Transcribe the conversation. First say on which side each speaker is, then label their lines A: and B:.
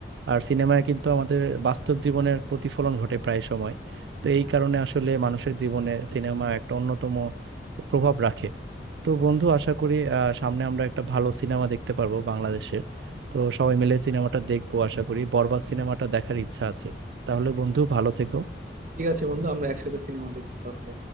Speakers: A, on the right; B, on the right.
A: আর সিনেমায় কিন্তু আমাদের বাস্তব জীবনের প্রতিফলন ঘটে প্রায় সময় তো এই কারণে আসলে মানুষের জীবনে সিনেমা একটা অন্যতম প্রভাব রাখে তো বন্ধু আশা করি আহ, সামনে আমরা একটা ভালো সিনেমা দেখতে পারবো বাংলাদেশের তো সবাই মিলে সিনেমাটা দেখবো আশা করি বরবাদ সিনেমাটা দেখার ইচ্ছা আছে তাহলে বন্ধু ভালো থেকো
B: ঠিক আছে বন্ধু আমরা একসাথে সিনেমা দেখবো তাহলে